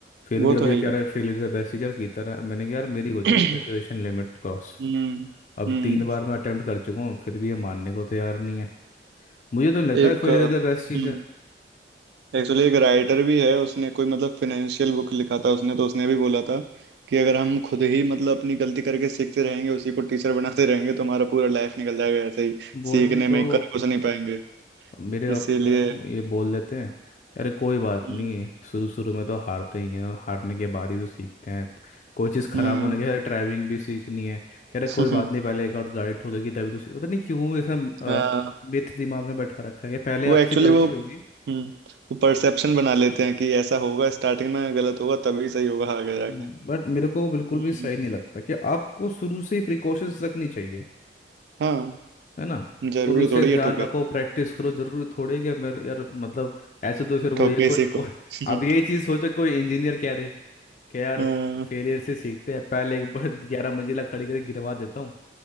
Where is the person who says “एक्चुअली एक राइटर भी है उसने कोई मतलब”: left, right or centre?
Right